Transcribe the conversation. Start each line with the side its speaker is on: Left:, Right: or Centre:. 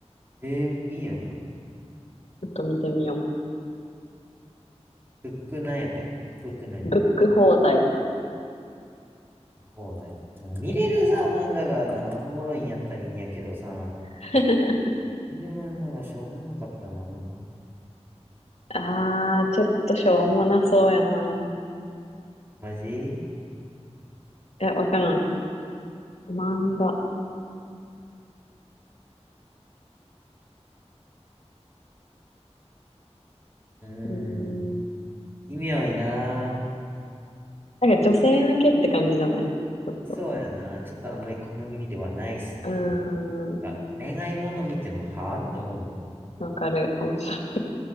Right: えーいいやん。
Left: ちょっと見てみよ
Right: ブックなんやったっけブック何
Left: う。ブック放題。
Right: 放題。なん見れるさ、漫画がな、おもろいんやったらいいんやけどさ、
Left: <laughs>
Right: 見れる漫画がしょうもなかったのな。
Left: あー、ちょっとしょうもなそうやな。
Right: マジ
Left: いや、わからん。漫画。
Right: うーん。
Left: うーん
Right: 微妙いな。
Left: なんか女性向けって感じじゃないちょっと。
Right: そうやな。ちょっとあんまり好みではないっすね。
Left: うーん。
Right: あ、恋愛もの見ても、はーんと思うもん。
Left: わかる。面白い。